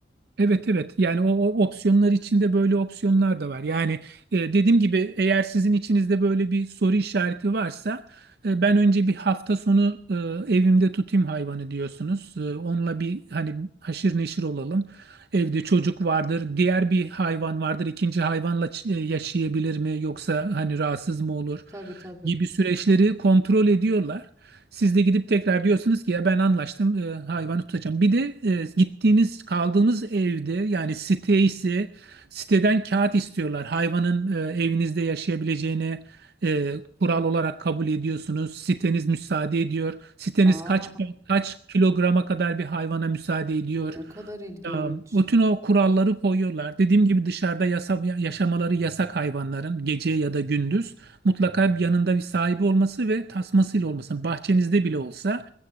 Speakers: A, on the right; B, on the right.
A: Evet evet yani o, o opsiyonlar içinde böyle opsiyonlar da var. Yani e, dediğim gibi eğer sizin içinizde böyle bir soru işareti varsa e, ben önce bir hafta sonu e, evimde tutayım hayvanı diyorsunuz. E, onunla bir hani haşır neşir olalım. Evde çocuk vardır, diğer bir hayvan vardır. İkinci hayvanla ç- e, yaşayabilir mi yoksa hani rahatsız mı olur
B: Tabii tabii.
A: gibi süreçleri kontrol ediyorlar. Siz de gidip tekrar diyorsunuz ki ya ben anlaştım e, hayvanı tutacağım. Bir de e, gittiğiniz kaldığınız evde yani site ise siteden kağıt istiyorlar. Hayvanın e, evinizde yaşayabileceğini e, kural olarak kabul ediyorsunuz. Siteniz müsaade ediyor. Siteniz
B: Aa,
A: kaç kaç kilograma kadar bir hayvana müsaade ediyor.
B: ne kadar ilginç.
A: Ya, bütün o kuralları koyuyorlar. Dediğim gibi dışarıda yasa, yaşamaları yasak hayvanların gece ya da gündüz mutlaka bir yanında bir sahibi olması ve tasmasıyla olması. Bahçenizde bile olsa